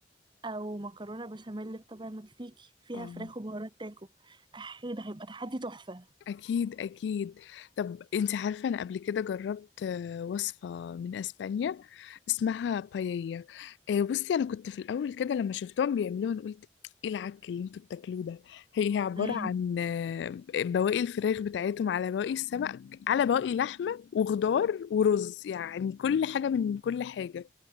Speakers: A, on the right; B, on the left.
A: او مكرونه بشاميل بطبع مكسيكي فيها
B: اه
A: فراخ وبهارات تاكو احي ده هيبقى تحدي تحفه
B: أكيد أكيد طب أنت عارفة أنا قبل كده جربت آه، وصفة من أسبانيا اسمها بايية آه، بصي أنا كنت في الأول كده لما شفتهم بيعملوها أنا قلت إيه العك اللي أنتوا بتاكلوه ده هي عبارة
A: امم
B: عن آه، بواقي الفراخ بتاعتهم على بواقي السمك على بواقي لحمة وخضار ورز يعني كل حاجة من كل حاجة